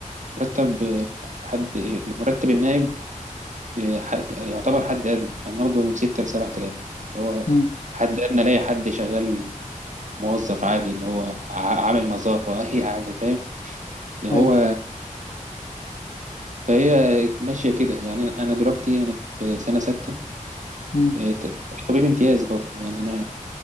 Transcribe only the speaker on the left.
امم
أيوة
امم